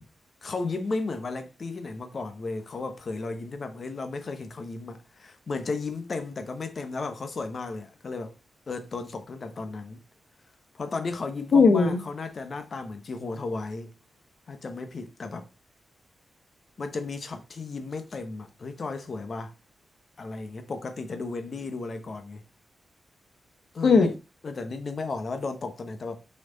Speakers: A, on the left (about 45°); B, on the left (about 65°).
A: เขายิ้มไม่เหมือนวาเลนตี้ที่ไหนมาก่อนเว้ยเขาแบบเผยรอยยิ้มได้แบบเอ้ยเราไม่เคยเห็นเขายิ้มอะเหมือนจะยิ้มเต็มแต่ก็ไม่เต็มแล้วแบบเขาสวยมากเลยอะก็เลยแบบเออโดนตกตั้งแต่ตอนนั้น เพราะตอนที่เขายิ้มกว้างๆเขาน่าจะหน้าตาเหมือนจีโฮทไว้
B: อืม
A: ถ้าจำไม่ผิดแต่แบบมันจะมีช็อตที่ยิ้มไม่เต็มอ่ะเฮ้ยจอยสวยว่ะอะไรอย่างเงี้ยปกติจะดูเวนดี้ดูอะไรก่อนไงเออไม่เออแต่นิดนึงไม่ออกแล้วว่าโดนตกตอนไหนแต่แบบ
B: อืม